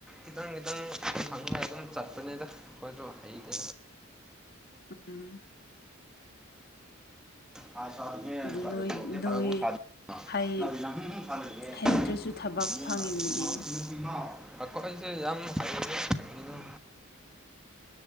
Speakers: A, in the centre; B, on the left.
A: ꯈꯤꯇꯪ ꯈꯤꯇꯪ ꯐꯪꯉ ꯑꯗꯨꯝ ꯆꯠꯄꯅꯤꯗ ꯑꯩꯈꯣꯏꯁꯨ ꯍꯥꯏꯩꯗ
B: ꯎꯝ
A: ꯑꯥ ꯁꯒꯤꯒꯦ
B: ꯑꯗꯨ ꯅꯣꯏ ꯅꯣꯏ
A: ꯐꯔꯛꯕꯨ ꯁꯥꯗ
B: ꯍꯩ
A: ꯂꯕꯤ ꯂꯥꯡꯐ ꯐꯔ꯭ꯔꯒꯦꯃꯣ
B: ꯍꯩꯇ꯭ꯔꯁꯨ ꯊꯕꯛ ꯐꯪꯉꯤꯗꯨꯗꯤ
A: ꯑꯀꯣꯁ ꯌꯥꯝꯝ ꯍꯥꯏꯅ